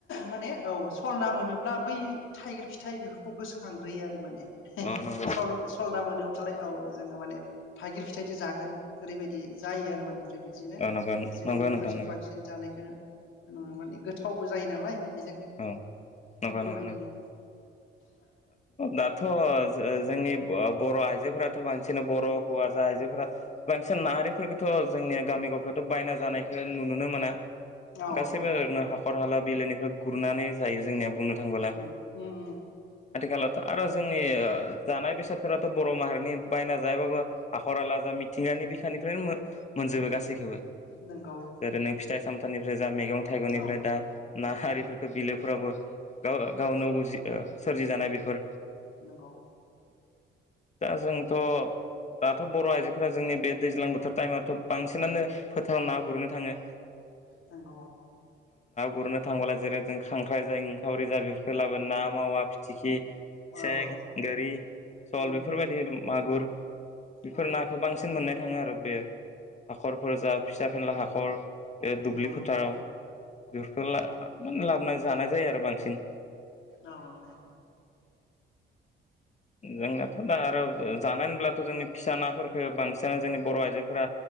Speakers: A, on the left; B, on the left.
A: माने औ फल ना मोनोब्ला बै थाइगिर फिथाइ बेफोरखौ गोसोखांग्रोयो आरो माने
B: अ नंगौ
A: सल सलना मोनोबाथालाय औ जोङो माने थाइगिर फिथाइजों जागोन ओरैबायदि जायो आरो माने ओमफ्राय बिदिनो
B: अ नंगौ
A: जोङो
B: नंगौ
A: बेफोरजों
B: नोंथां नंगौ
A: बांसिन जानायखौ नुनो माने गोथावबो जायो नालाय। बेजों
B: अ नंगौ
A: थिग बेबायदिनो
B: नंगौ दाथ' ओ ओ जोंनि आ बर' आइजोफोराथ' बांसिनानो बर' हौवासा आइजोफोरा बांसिन ना आरिफोरखौथ' जोंनिया गामि गफ यावथ' बायना जानायखौ नुनो मोना।
A: औ
B: <inaudible> गासैबो
A: औ
B: नाहा हाखर हाला बिलोनिफ्राय गुरनानै जायो जोंनिया बुंनो थांबोला
A: उम उम उम
B: आथिखालावथ' आरो जोंनि जानाय बेसादफोराथ' बर' माहारि माने बायना जायाबाबो हाखर हाला जा मिथिंगानि बिखानिफ्रायनो मो मोनजोबो गासैखौबो
A: नंगौ
B: जेरै नों फिथाइ साम फोरनिफ्राय जा मैगं थाइगंनिफ्राय
A: औ
B: दा ना हारि बिलोफोराबो गाव गावनो उजि ओ सोरजिजानाय बेफोर
A: नोंगौ
B: दा जोंथ' दाथ' बर' आइजोफोरा जोंनि बे दैज्लां बोथोर टाइमाव बांसिनानो फोथाराव ना गुरनो थाङो
A: नंगौ
B: गुरुनो थांब्ला जेरै जों खांख्राइ जा इंखावरि जा बेफोरखौ लाबोना मावा बिथिख्रि
A: औ
B: सें,
A: औ
B: गोरि, सल
A: उम
B: बेफोरबायदि मागुर <inaudible> बेफोर
A: औ
B: नाखौ बांसिन मोन थांङो आरो बे हाखरफोर जा फिसा फेनला हाखर बे
A: नंगौ
B: दुब्लि फोथाराव
A: नंगौ
B: दुरखला माने लाबोना जानाय जायो आरो बांसिन।
A: औ नंगौ।
B: जोंनाथ' दा आरो जानाय होनब्लाथ' जोंनि फिसा नाफोरखो बांसिनानो जोंनि बर' आइजोफोरा